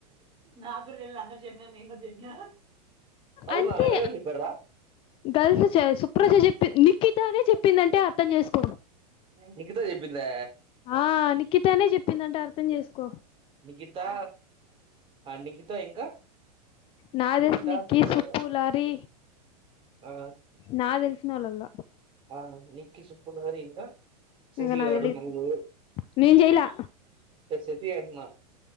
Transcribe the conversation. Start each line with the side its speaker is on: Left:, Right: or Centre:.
Right: నాకు కూడా తెలువని అందరు చెప్పినారు అని చెప్పిన అవునా
Left: అంటే
Right: ఎవరప్పడ్రా
Left: గర్ల్స్ సుప్రజ చెప్పి నిఖితనే చెప్పిందంటే అర్థం చేసుకో
Right: నీకెట్ల చెప్పిందా
Left: ఆ నిఖితానే చెప్పిందంటే అర్థం చేసుకో
Right: నిఖితా నిఖితా ఇంకా
Left: నాకు
Right: నిఖిత
Left: తెలుసు నిక్కి
Right: సుప్పుడు
Left: సుబ్బు లారీ
Right: ఆ
Left: నా తెలిసిన వాళ్ళల
Right: ఆ నిక్కి సుబ్బు ఇంకా శశి
Left: ఇంగ నాకు
Right: గాడు
Left: తెలీదు
Right: నువ్వు
Left: నేను చేయలా
Right: శశి అంటున్న